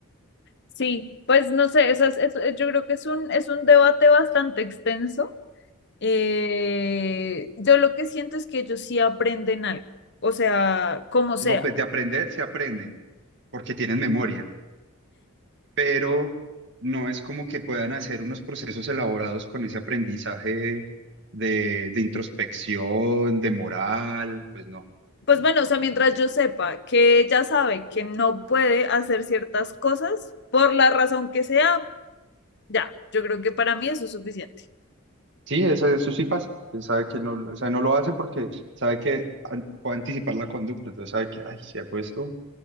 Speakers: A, on the left; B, on the right.
A: sí. Pues no sé, esas- eso- yo creo que es un, es un debate bastante extenso. Eh, yo lo que siento es que ellos sí aprenden algo, o sea, como sea.
B: No, pues de aprender se aprenden, porque tienen memoria. pero no es como que puedan hacer unos procesos elaborados con ese aprendizaje de, de introspección, de moral, pues no.
A: Pues bueno, o sea, mientras yo sepa que ella sabe que no puede hacer ciertas cosas por la razón que sea, ya, yo creo que para mí eso es suficiente.
B: Sí, eso, eso sí pasa. Él sabe que no, o sea, no lo hace porque sabe que an- puede anticipar la conducta, entonces sabe que, ay, si hago esto,